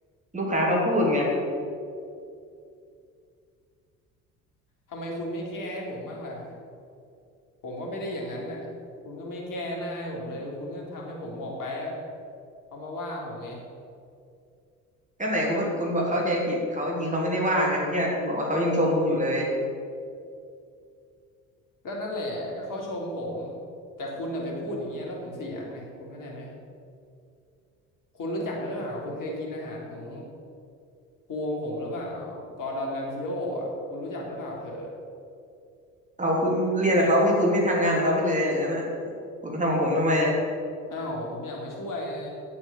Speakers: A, on the right; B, on the left.
A: ลูกค้าเขาพูดไง
B: ทำไมคุณไม่แก้ให้ผมบ้างล่ะผมก็ไม่ได้อย่างนั้นน่ะคุณก็ไม่แก้หน้าให้ผมเลยคุณก็ทำให้ผมออกไปอะเขามาว่าผมไง
A: ก็ไหนคุณคุณบอกเข้าใจผิดเขาจริงเขาไม่ได้ว่างไงเมื่อกี้คุณบอกว่าเขายังชมคุณอยู่เลย
B: ก็นั่นแหละก็เขาชมผมแต่คุณน่ะไปพูดอย่างเงี้ยแล้วผมเสียไงคุณเข้าใจไหม คุณรู้จักหรือเปล่าคุณเคยกินอาหารของกูของผมหรือเปล่ากอร์ดอนแรมซิโออ่ะคุณรู้จักหรือเปล่าเธอ
A: เอาคุณเรียนกับเขาไม่คุณไม่ทำงานกับเขาไปเลยอย่างนั้นอ่ะคุณมาทำกับผมทำไมอ่ะ
B: อ้าวผมอยากมาช่วยไง